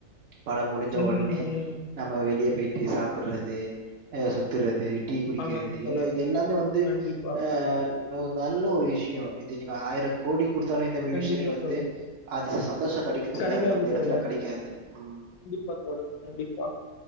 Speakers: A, on the right; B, on the left.
A: படம் முடிஞ்ச
B: ம்
A: ஒன்னே
B: ம்
A: நம்ம வெளிய போய்ட்டு சாப்புர்றது ஆ சுத்துறது டீ குடிக்கிறது
B: ஆமாங்க தோழர்
A: ஏனா இது எல்லாமே வந்து
B: கண்டிப்பா
A: ஆ இது ஒரு நல்ல ஒரு விஷியோ இது நீங்க ஆயிர கோடி குடுத்தாலு இந்த மாரி
B: கண்டிப்பா
A: விஷயங்கள் வந்து
B: தோழர்
A: அது சந்தோஷ கெடைக்குதில்ல
B: கெடைக்காது
A: மத்த எடத்துல
B: தோழர்
A: கெடைக்காது ம்
B: <unintelligible> கண்டிப்பா